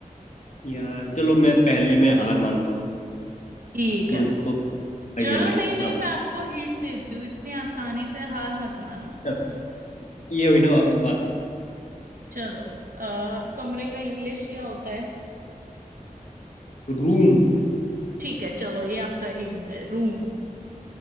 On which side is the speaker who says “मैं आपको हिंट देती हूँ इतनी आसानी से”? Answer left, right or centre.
Right